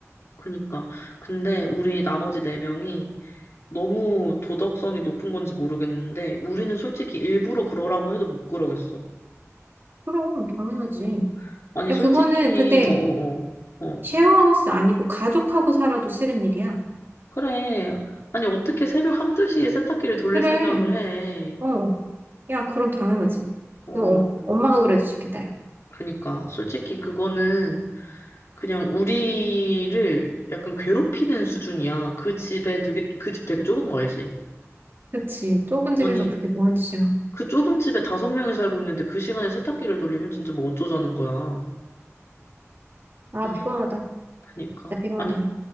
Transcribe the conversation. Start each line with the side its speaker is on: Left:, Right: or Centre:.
Left: 그니까. 근데 우리 나머지 네 명이 너무 도덕성이 높은 건지 모르겠는데, 우리는 솔직히 일부러 그러라고 해도 못 그러겠어.
Right: 그럼, 당연하지.
Left: 어. 아니,
Right: 야,
Left: 솔직히,
Right: 그거는 근데
Left: 어어어. 어, 어, 어.
Right: 쉐어하우스 아니고 가족하고 살아도 싫은 일이야.
Left: 그래. 아니, 어떻게 새벽 한두 시에 세탁기를 돌릴
Right: 그래,
Left: 생각을 해?
Right: 어. 야, 그럼 당연하지.
Left: 어,
Right: 너 어- 엄마가 그래도 싫겠다, 야.
Left: 그니까. 솔직히 그거는 그냥 우리를 약간 괴롭히는 수준이야. 그 집에 되게, 그 집 되게 좁은 거 알지?
Right: 그치. 좁은 집에서
Left: 아니,
Right: 그게 뭐 하는 짓이야.
Left: 그 좁은 집에 다섯 명이 살고 있는데 그 시간에 세탁기를 돌리면 진짜 뭐 어쩌자는 거야.
Right: 아,
Left: 아,
Right: 피곤하다.
Left: 그니까.
Right: 나 피곤하다.
Left: 아니,